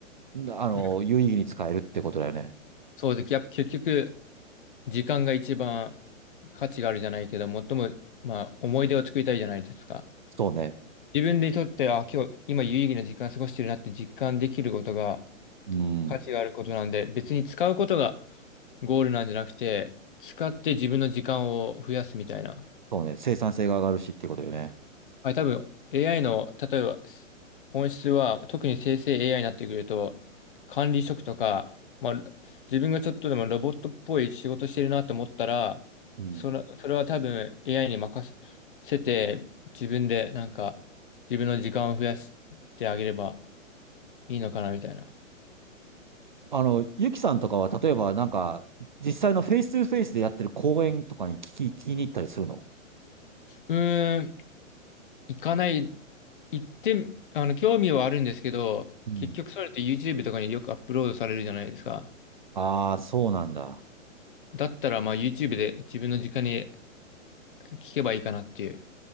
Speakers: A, on the right (about 40°); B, on the left (about 40°).
A: んあの、
B: うん
A: 有意義に使えるってことだよね。
B: そうです。やっぱ結局、時間が一番価値があるじゃないけど、最も、まあ、思い出を作りたいじゃないですか。
A: そうね。
B: 自分でとって、あ、今日、今有意義な時間過ごしてるなって実感できることが
A: うん。
B: 価値があることなんで、別に使うことがゴールなんじゃなくて、使って自分の時間を増やすみたいな。
A: そうね、生産性が上がるしっていうことよね。
B: はい、多分 AI の、例えば本質は、特に生成 AI になってくると、管理職とか、まあ、自分がちょっとでもロボットっぽい仕事してるなと思ったら、
A: うん。
B: それ、それは多分 AI に任せて、自分でなんか、自分の時間を増やしてあげればいいのかなみたいな。
A: あの、ゆきさんとかは、例えばなんか、実際のフェイストゥフェイスでやってる講演とかに聞き、聞きに行ったりするの
B: うーん、行かない、行って、あの、興味はあるんですけど、
A: うん
B: 結局それって YouTube とかによくアップロードされるじゃないですか。
A: ああ、そうなんだ。
B: だったら、まあ YouTube で自分の時間に聞けばいいかなっていう。